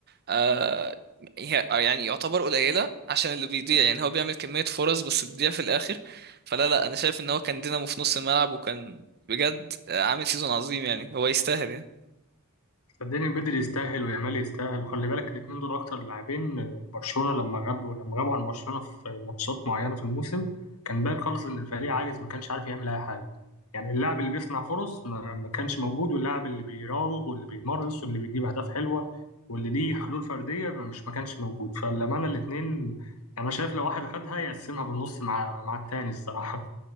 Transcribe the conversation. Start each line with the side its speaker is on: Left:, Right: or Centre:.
Right: آه هي- آه، يعني يعتبر قليلة عشان اللي بيضيع يعني هو بيعمل كمية فرص بس بتضيع في الآخر فلا لا أنا شايف إن هو كان دينامو في نص الملعب وكان بجد آه، عامل سيزون عظيم يعني هو يستاهل يعني
Left: صدقني بدري يستاهل ويامال يستاهل وخلي بالك الاتنين دول اكتر لاعبين آه، برشلونة لما غابوا لما غابوا عن برشلونة في ماتشات معينة في الموسم كان باين خالص ان الفريق عاجز ما كانش عارف يعمل اي حاجة يعني اللاعب اللي بيصنع فرص ما, ما كانش موجود واللاعب اللي بيراوغ واللي بيمرس واللي بيجيب اهداف حلوة واللي ليه حلول فردية ما مش ما كانش موجود فلما انا الاتنين يعني انا شايف لو واحد خدها يقسمها بالنص مع مع التاني الصراحة